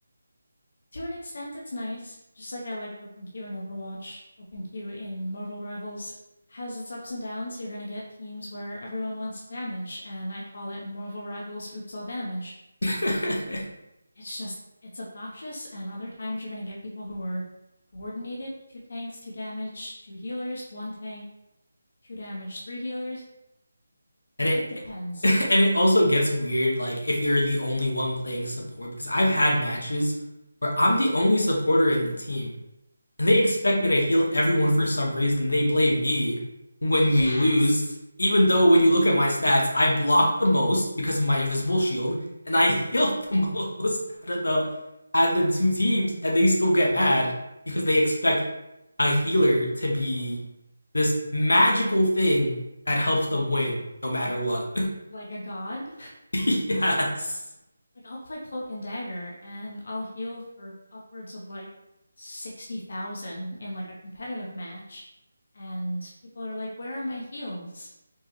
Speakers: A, on the left (about 50°); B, on the left (about 80°).
A: To an extent, it's nice. Just like I liked OpenQ in Overwatch, OpenQ in Marvel Rivals has its ups and downs. You're going to get teams where everyone wants to damage, and I call it Marvel Rivals Oops All Damage
B: <laughs>
A: It's just it's obnoxious, and other times you're gonna get people who are coordinated, two tanks, two damage, two healers, one tank, two damage, three healers.
B: and it
A: It depends.
B: it <laughs> and it also gets weird like if you're the only one playing support because I've had matches where I'm the only supporter in the team and they expect me to heal everyone for some reason. They blame me when
A: Yes!
B: we lose, even though when you look at my stats, I blocked the most because of my invisible shield, and I <laughs> healed the most out of the out of the two teams, and they still get mad because they expect a healer to be this magical thing that helps them win no matter what.
A: Like a god.
B: <laughs> yes.
A: Like I'll play cloak and dagger and I'll heal for upwards of like sixty thousand in like a competitive match. And people are like, Where are my heals?